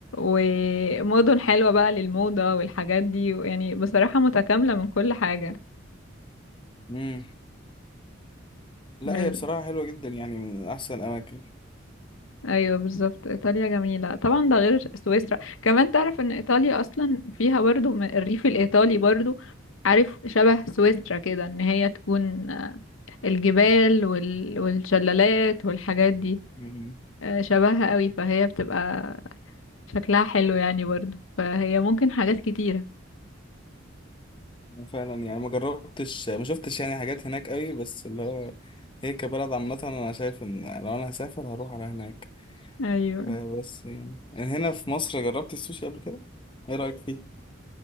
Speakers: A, on the left; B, on the left.
A: ومدن حلوه بقى للموضه والحاجات دي يعني بصراحه متكامله من كل حاجه
B: مم. لا
A: من
B: هي بصراحة حلوة جدا يعني من أحسن الأماكن
A: ايوه بالظبط ايطاليا جميله طبعا ده غير سويسرا كمان تعرف ان ايطاليا اصلا فيها برضو م- الريف الايطالي برضو عارف شبه سويسرا كده ان هي تكون آه، الجبال وال... والشلالات والحاجات دي
B: مم.
A: آه، شبهها قوي فهي بتبقى شكلها حلو يعني برضو فهي ممكن حاجات كتيره
B: فعلا يعني ما جربتش ما شفتش يعني حاجات هناك قوي بس اللي هو هي كبلد عامة أنا شايف إن لو أنا هسافر هروح على هناك
A: ايوه
B: فبس يعني هنا في مصر جربت السوشي قبل كده إيه رأيك فيه؟